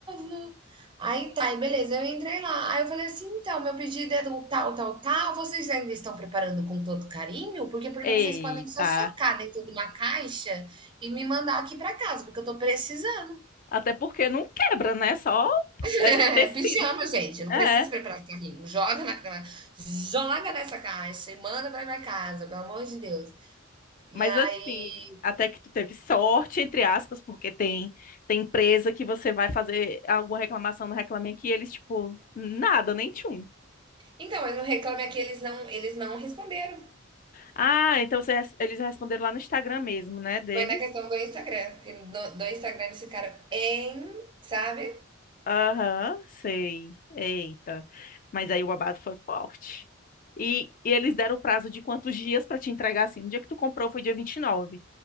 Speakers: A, on the right; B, on the left.
A: novo. Aí tá, e beleza, eu entrei lá. Aí eu falei assim: então, meu pedido é do tal, tal, tal. Vocês ainda estão preparando com todo carinho? Porque por
B: Eita.
A: mim vocês podem só socar dentro de uma caixa e me mandar aqui para casa, porque eu tô precisando. <laughs>
B: Até porque não quebra, né? Só
A: É
B: é, tecido.
A: pijama, gente. Eu não
B: É.
A: preciso preparar carrinho. Joga na, na- joga nessa caixa e manda para minha casa, pelo amor de Deus. E
B: Mas
A: aí
B: assim, até que tu teve sorte, entre aspas, porque tem, tem empresa que você vai fazer alguma reclamação no Reclame Aqui, e eles, tipo, nada, nem tchum.
A: Então, mas no Reclame Aqui eles não, eles não responderam.
B: Ah, então você, res- eles responderam lá no Instagram mesmo, né, deles.
A: Foi na questão do Instagram, que no- do Instagram eles ficaram em, sabe?
B: Aham, sei. Eita. Mas aí o babado foi forte. E, e eles deram o prazo de quantos dias pra te entregar assim? No dia que tu comprou foi dia vinte e nove,